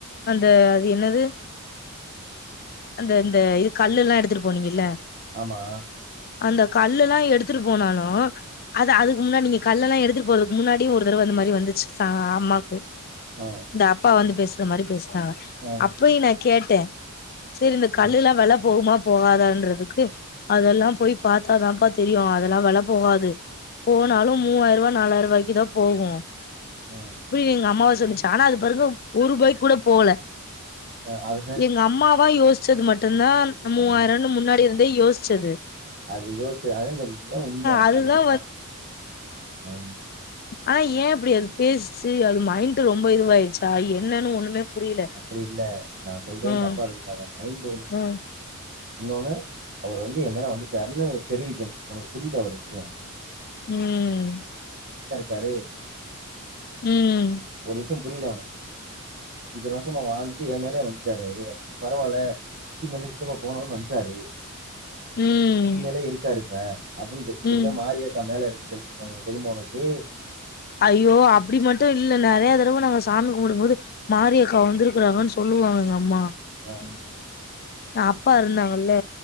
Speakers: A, on the left; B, on the right.
A: அந்த அது என்னது அந்த இந்த இது கல்லு எல்லா எடுத்துட்டு போனீங்கல்ல
B: ஆமா
A: அந்த கல்ல எல்லா எடுத்துட்டு போனாலு அது அதுக்கு முன்னாடி நீங்க கல்லல்லா எடுத்துட்டு போறதுக்கு முன்னாடி ஒரு தடவ இந்த மாரி வந்துச்சு சா அம்மாக்கு
B: ஆ
A: இந்த அப்பா வந்து பேசு இந்த மாரி பேசு ஆஹ்
B: ஆ, ஆ,
A: அப்பயி நா கேட்டே சரி இந்த கல்லு
B: ஆ,
A: எல்லா வெல போவுமா போகாதான்றதுக்கு அதெல்லா போயி பாத்தாதான்ப்பா தெரியு அதெல்லா வெல போகாது போனாலு மூவாயி ரூவா நாலாயி ரூவாய்க்கு தா போகு <unintelligible>
B: ஆ,
A: எங் அம்மாவாஸ் சொன்னிச்சு ஆனா அது பெறகு ஒரூபாய்க்கூட போல
B: ஆ அது
A: எங்க அம்மாவா யோசிச்சது மட்டுதா மூவாயிரன்னு
B: ஆ,
A: முன்னாடி இருந்தே யோஸ் ச்சிது
B: அது யோசிச்சு <unintelligible> சொல்லிட்டுதா உண்ம
A: அதுதா
B: அதோட அம்மா உம்
A: ஆன ஏன் அப்படி அது பேசிச்சு அது மைண்ட் ரொம்ப இதுவாயிடுச்சா என்னன்னு ஒண்ணுமே புரியல
B: அப்படி இல்ல நா சொல்றனு
A: ம்
B: தப்பா எடுத்துகாத மைண்ட் ஒன்
A: ம்
B: இன்னொன்னு அவர் வந்து என் மேல வந்துட்டுரான்னு தெரிவிக்கணும் உனக்கு புரியுதா ஒரு விஷயம்
A: ம்
B: சரி
A: ம்
B: ஒரு நிமிஷோ புரியுதா உனக் இத்தன வருஷமா வாழ்ந்துட்டு ஏ மேலே வந்துட்டாரு அவரு பரவால்ல சித்தி மேல சித்தப்பா போனவரு வன்டாரு
A: ம்
B: சித்தி மேலே இருக்காரு இப்ப அப்படின்னு இப்படித்தான்
A: ம்
B: மாரியக்கா மேல இருக் குனு சொன்னாங்க தெரியுமா உனக்கு
A: ஐயோ அப்படி மட்டும் இல்ல நெறய தடவ நாங்க சாமி கும்பிடும்போது மாரி அக்கா வந்திருக்கறாங்கனு சொல்லுவாங்க எங்க அம்மா
B: அ
A: நான் அப்பா இறந்தாங்கல்ல